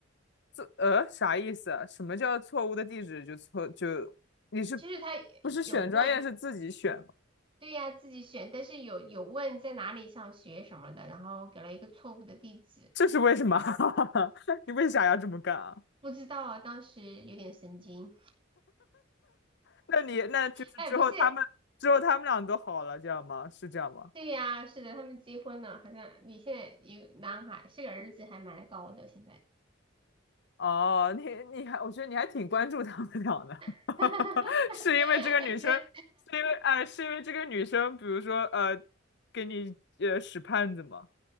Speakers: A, on the left (about 60°); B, on the right (about 25°).
A: 这呃啥意思啊什么叫错误的地址就错就你是
B: 就是他
A: 不是选专业是自己选吗？
B: 有问，对呀，自己选，但是有有问在哪里上学什么的，然后给了一个错误的地址，
A: 这是为什么？<laughs> 你为啥要这么干啊？
B: 不知道啊，当时有点神经。
A: 那你那就是之后他们之后他们俩都好了，
B: 哎，不是，
A: 这样吗？是这样吗？
B: 对呀，是的，他们结婚了，好像你现在有男孩，是个儿子，还蛮高的，现在。
A: 哦，你你还我觉得你还挺关注他们俩的，
B: <laughs> 哈哈哈哈哈，
A: <laughs> 是因为这个女生，
B: 而且
A: 是因为哎、是因为这个女生，比如说呃，给你呃使绊子吗？